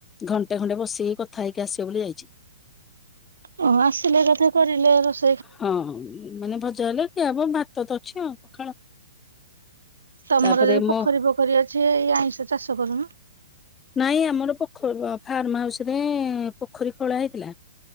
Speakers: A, on the left (about 15°); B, on the right (about 80°).
A: ଘଣ୍ଟେ ଖଣ୍ଡେ ବସିକି କଥା ହେଇକି ଆସିବ ବୋଲି ଯାଇଚି।
B: ଓ ହୋ ଆସିଲେ ଏକାଥରେ କରିଲେ ରେସ୍
A: ହଁ ମାନେ ଭଜା ହେଲେ ଖିଆ ହବ ଭାତ ତ ଅଛି ଆଉ ପଖାଳ।
B: ତମର
A: ତାପରେ
B: ଯଦି
A: ମୋ
B: ପୋଖରୀ ଫୋଖରୀ ଅଛି ଏଇ ଆଇଁଷ ଚାଷ କରୁନ।
A: ନାଇଁ ଆମର ପୋଖରୀ ଫାର୍ମ ହାଉସୁ ରେ ପୋଖରୀ ଖୋଳା ହେଇଥିଲା।